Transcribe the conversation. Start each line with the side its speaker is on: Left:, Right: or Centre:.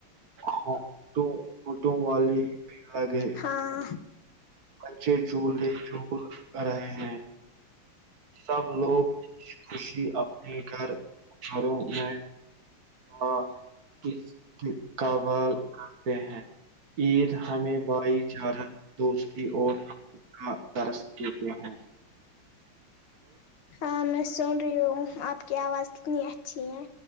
Right: ہاںٹو آٹو والی لگے
Left: ہاں
Right: بچے جولے جول رہے ہیں سب لوگ خوشی اپنے گھر کروں میں کا اس قبال کرتے ہیں عید یں بائی چارہ دوست اور کا درس دیتے ہیں
Left: ہاں میں سن رہی ہوں آپ کی آواز کتنی اچھی ہے